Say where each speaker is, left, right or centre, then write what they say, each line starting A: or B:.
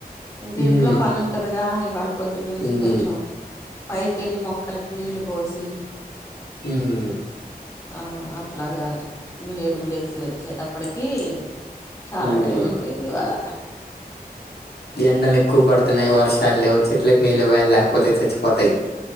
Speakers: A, on the left (about 20°); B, on the left (about 85°).
A: ఇంకా
B: హ్మ్
A: ఇంట్లో పని ఉంటదిగా ఇవాళ పొద్దున్నుంచి
B: హ్మ్
A: కొంచెం పైకెళ్ళలి మొక్కలకి నీళ్లు పోసి
B: హ్మ్
A: ఆ అట్లాగా ఏరుగులేసి వచ్చేటప్పటికి చాలా
B: హ్మ్
A: టైం అయిపోయింది ఇవాళ
B: ఎండలు ఎక్కువ పడుతున్నాయి వర్షాలు లేవు చెట్లకి నీళ్ళు పోయాలి లేకపోతే చచ్చిపోతాయి